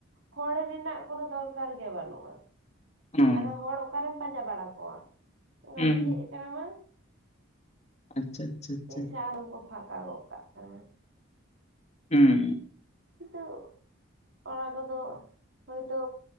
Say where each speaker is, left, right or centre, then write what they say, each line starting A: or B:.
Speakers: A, on the right (about 70°); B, on the left (about 35°).
A: ᱦᱚᱲ ᱨᱮᱱᱟᱜ ᱠᱚᱱᱳ ᱫᱚᱨᱠᱟᱨ ᱜᱮ ᱵᱟᱹᱱᱩᱜᱼᱟ ᱾
B: ᱦᱩᱸ
A: ᱦᱟᱱᱮ ᱦᱚᱲ ᱚᱠᱟᱨᱮᱢ ᱯᱟᱸᱡᱟ ᱵᱟᱲᱟ ᱠᱚᱣᱟ, ᱜᱟᱹᱰᱤ
B: ᱦᱩᱸ
A: ᱦᱮᱡ ᱠᱟᱱᱟ ᱢᱟᱼᱼ
B: ᱟᱪᱪᱷᱟ ᱟᱪᱪᱷᱟ ᱟᱪᱪᱷᱟ
A: ᱢᱤᱫ ᱥᱟᱣ ᱟᱫᱚ ᱠᱚ ᱯᱷᱟᱠᱟ ᱜᱚᱜ ᱠᱟᱜ ᱠᱟᱱᱟ ᱾
B: ᱦᱩᱸ
A: ᱠᱤᱱᱛᱩ, ᱚᱱᱟ ᱠᱚᱫᱚᱼᱼ ᱦᱚᱭᱛᱚ